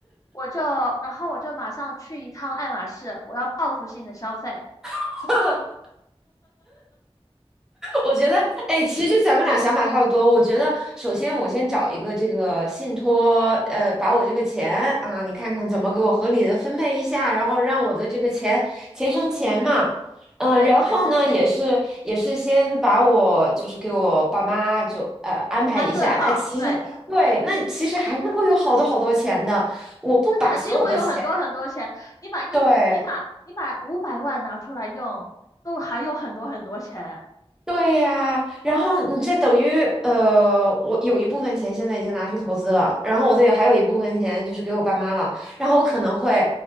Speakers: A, on the left; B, in the centre.
A: 我就，然后我就马上去一趟爱马仕，我要报复性的消费，
B: <laughs> 我觉得，哎，其实咱们俩想法差不多。我觉得，首先我先找一个这个信托，呃，把我这个钱啊，你看看怎么给我合理的分配一下，然后让我的这个钱钱生钱嘛。嗯、
A: 对，
B: 然后呢，
A: 钱生钱，
B: 也是也是先把我就是给我爸妈就呃安排一下。
A: 安顿好，
B: 那其实对，
A: 对。
B: 那其实还是会有好多好多钱的。我不把所有的钱，
A: 那肯定会有很多很多钱。你把一，
B: 对。
A: 你把你把五百万拿出来用，都还有很多很多钱。
B: 对呀，然后你这等于呃，我有一部分钱现在已经拿去投资了，然后我这还有一部分钱就是给我爸妈了，
A: 嗯，
B: 然后我可能会，